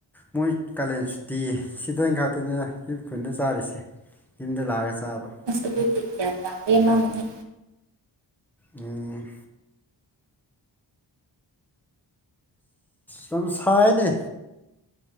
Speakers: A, in the centre; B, on the right.
A: ꯃꯣꯏ ꯀꯥꯂꯦꯟ ꯁꯨꯇꯤ ꯁꯤꯗ ꯉꯥꯛꯇꯅꯦ ꯑꯩꯈꯣꯏ ꯈꯨꯟꯗ ꯆꯥꯔꯤꯁꯦ ꯌꯨꯝꯗ ꯂꯥꯛꯑꯒ ꯆꯥꯕꯥ
B: ꯑꯗꯨꯗꯤ ꯌꯥꯝ ꯌꯥꯝꯃꯦ ꯃꯥꯡꯉꯥꯅꯤ
A: ꯎꯝ ꯌꯥꯝ ꯁꯥꯏꯌꯦꯅꯦ